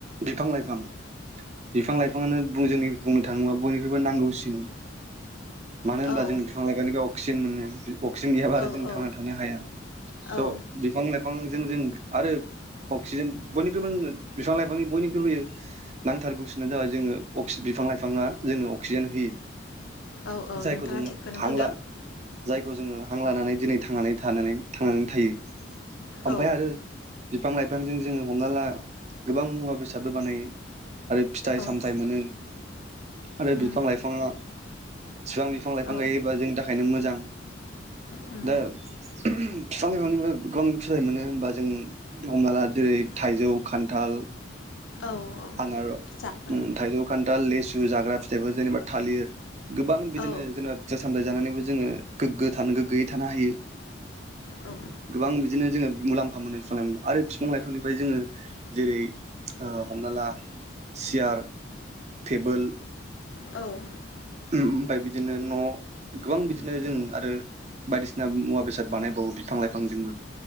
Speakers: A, on the right; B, on the left.
A: बिफां लाइ फां बिफां लाइफाङानो जों बुंनो थाङोब्ला बयनिख्रुइबो नांगौसिन मानो होनब्ला
B: औ
A: जों बिफां लाइफानो बे अक्सिजेन मोनो अक्सिजेन गैयाबा आरो
B: औ
A: जों
B: औ
A: थांना थानो हाया। स'
B: औ
A: बिफां लाइफांजों जों आरो अक्सिजेन बयनिख्रुइबो बिफां लाइफांनि बयनिख्रुइबोयो नांथारगौसिानो जाबाय जोङो अ बिफां लाइफाङा जोंङनो अक्सिजेन होयो।
B: औ औ
A: जायखौ
B: नोंथाङा
A: जोङो
B: थिगखौनो
A: हांला
B: बुंदों
A: जाय खौ जोङो हां लानानै दिनै थांनानै थानानै थांनानै थायो। ओमफ्राय
B: औ
A: आरो बिफां लाइफांजों जोङो हमना ला गोबां मुवा बेसादबो बानायो। आरो फिथाइ
B: औ
A: सामथाइ मोनो आरो
B: उम
A: बिफां लाइफाङा एसेबां बिफां लाइफां
B: औ
A: गायोबा जोंनि थाखायनो मोजां
B: उम
A: दा बिफां लाइफांनिबो गोबां फिथाइ मोनो होमबा जों हमना ला जेरै थाइजौ खान्थाल
B: औ
A: आनार
B: जाग्रा
A: उम थाइजौ खान्थाल लो सु जाग्रा फिथाइफोर जेनेबा थालिर गोबां बिदिनो
B: औ
A: जेनेबा फिथाइ सामथाइ जानानै जोङो गोग्गो थानो गोग्गोयै थानो हायो।
B: औ
A: गोबां बिदिनो जोङो मुलाम्फा मोनो बिफां लाइफां आरो बिफां लाइफांनिफ्राय जोङो जेरै हमना ला सियार टेबोल
B: औ
A: ओमफ्राय बिदिनो न' गोबां बिदिनो जों आरो बायदिसिना मुवा बेसाद बानायबावो बिफां लाइफांजोंबो